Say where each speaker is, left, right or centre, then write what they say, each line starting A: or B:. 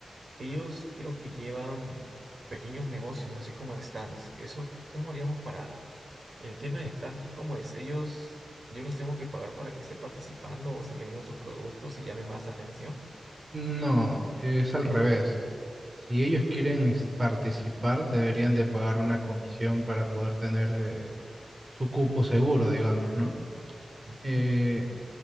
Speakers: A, on the right; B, on the right.
A: ellos creo que llevan pequeños negocios, así como stands. Eso, ¿cómo haríamos para el tema del canje? ¿Cómo es? Ellos, yo los tengo que pagar para que estén participando o estén vendiendo sus productos y llame más la atención.
B: No, es al revés. Si ellos quieren es- participar, deberían de pagar una comisión para poder tener eh, su cupo seguro, digamos, ¿no?
A: Ujú.
B: Eh,